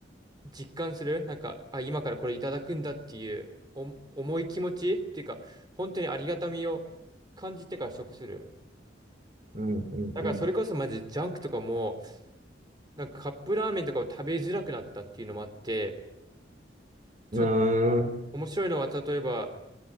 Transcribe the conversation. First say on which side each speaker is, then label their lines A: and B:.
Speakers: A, on the right; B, on the right.
A: 実感するなんか、あ、今からこれいただくんだっていうお重い気持ちっていうか、本当にありがたみを感じてから食する。
B: うん、うん、
A: だからそれこそマジジャンクとかも、
B: うん。
A: なんかカップラーメンとかを食べづらくなったっていうのもあって、ちょっと
B: うーん。
A: 面白いのは例えば、